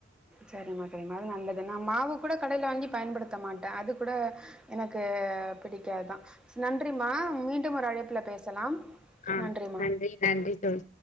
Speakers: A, in the centre; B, on the left.
A: சரிம்மா சரிம்மா அது நல்லதுன்னா மாவு கூட கடைல வாங்கி பயன்படுத்த மாட்டே அது கூட எனக்கு பிடிக்காது தா நன்றிமா மீண் டும் ஒரு அழைப்புல பேசலா
B: ஆ
A: நன்றிமா
B: நன்றி நன்றி தோழி